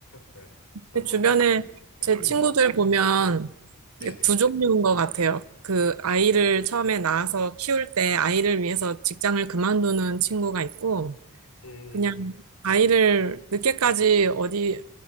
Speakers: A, on the left (about 70°); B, on the right (about 75°).
A: 네, 그래서
B: 근데
A: 뭐
B: 주변에
A: 음, <clears throat>
B: 제 친구들 보면
A: 네네
B: 이게 두 종류인 것 같아요. 그 아이를 처음에 낳아서 키울 때 아이를 위해서 직장을 그만두는 친구가 있고,
A: 음,
B: 그냥 아이를 늦게까지 어디